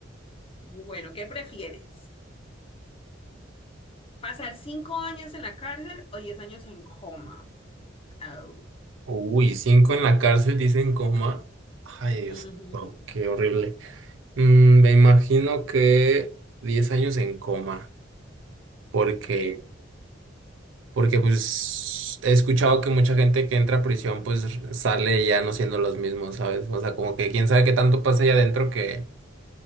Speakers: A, on the left; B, on the right.
A: Bueno, ¿qué prefieres? ¿Pasar cinco años en la cárcel o diez años en coma? Au.
B: Uy, cinco en la cárcel, dicen coma. Ay, Dios,
A: Ujú.
B: no, qué horrible. Mm, me imagino que 10 años en coma, porque,
A: diez
B: porque pues he escuchado que mucha gente que entra a prisión pues sale ya no siendo los mismos, ¿sabes? O sea, como que quién sabe qué tanto pasa allá adentro que,